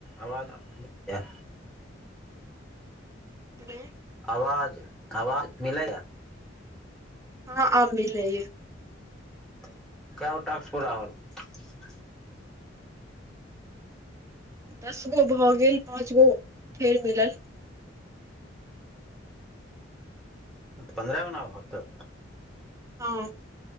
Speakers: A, in the centre; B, on the right.
A: आवाज जाय यै
B: <inaudible>
A: आवाज आवाज मिलैयै
B: हँ आब मिलै यै
A: <unintelligible>
B: दस गो भऽ गेल पाँच गो फेर मिलल
A: पन्द्रह गो न आब होतौ
B: हँ